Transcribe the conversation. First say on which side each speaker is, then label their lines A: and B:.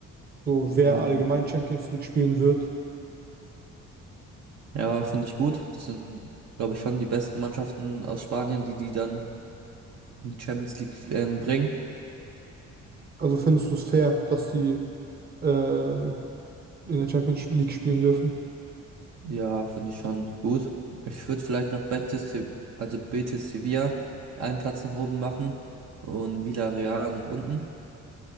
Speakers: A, on the right; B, on the right.
A: So, wer
B: Äh,
A: allgemein Champions League spielen wird?
B: ja, finde ich gut. Das sind, glaube ich, schon die besten Mannschaften aus Spanien, die die dann in die Champions League ähm, bringen.
A: Also findest du es fair, dass sie äh, in der Champions League spielen dürfen?
B: Ja, finde ich schon gut. Ich würde vielleicht noch Betis, Se- also Betis Sevilla einen Platz nach oben machen und Villarreal nach unten.